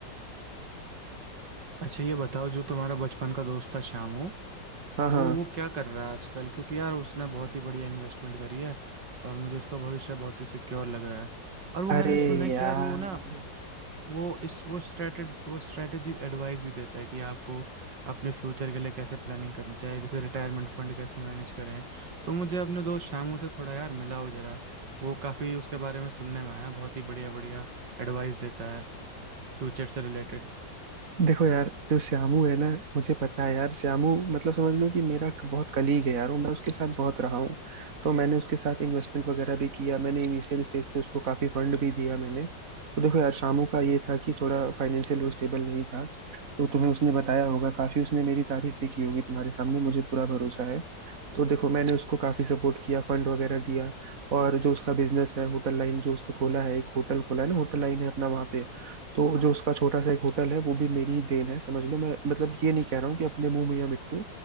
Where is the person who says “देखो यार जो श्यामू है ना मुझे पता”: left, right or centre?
Right